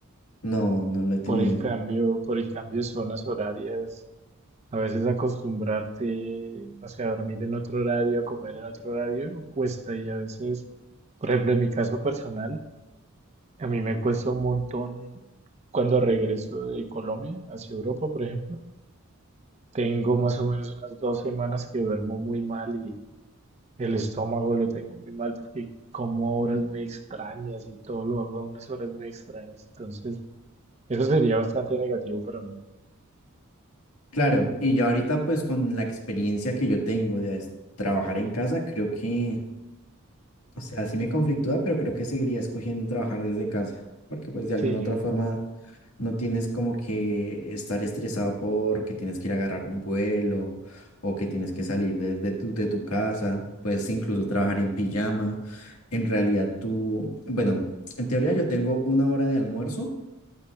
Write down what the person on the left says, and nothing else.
no, no lo he tenido.
Claro, y ya ahorita pues con la experiencia que yo tengo de es- trabajar en casa, creo que, o sea, sí me conflictúa, pero creo que seguiría escogiendo trabajar desde casa, porque pues de alguna
otra
forma No tienes como que estar estresado porque tienes que ir a agarrar un vuelo o que tienes que salir de, de tu, de tu casa. Puedes incluso trabajar en pijama. En realidad tú, bueno, en teoría yo tengo una hora de almuerzo